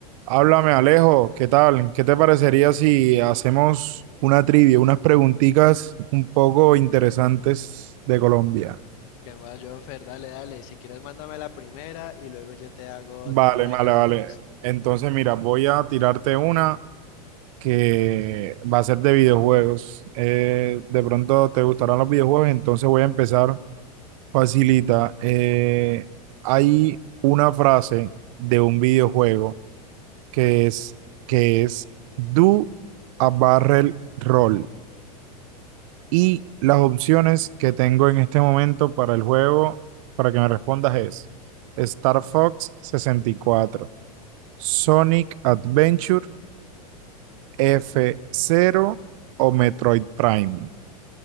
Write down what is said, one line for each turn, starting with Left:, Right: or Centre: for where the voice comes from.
Right: Háblame, Alejo, ¿qué tal? ¿Qué te parecería si hacemos una trivia, unas preguntitas un poco interesantes de Colombia?
Left: ¿Qué más, Jonfer? Dale, dale. Si quieres, mándame la primera y luego yo te hago otra
Right: Vale,
Left: para
Right: vale,
Left: que juguemos.
Right: vale. Entonces, mira, voy a tirarte una que va a ser de videojuegos. Eh, de pronto te gustarán los videojuegos, entonces voy a empezar facilita. Eh, hay una frase de un videojuego que es, que es Do a Barrel Roll. Y las opciones que tengo en este momento para el juego, para que me respondas es Star Fox sesenta y cuatro Sonic Adventure, F-Zero o Metroid Prime.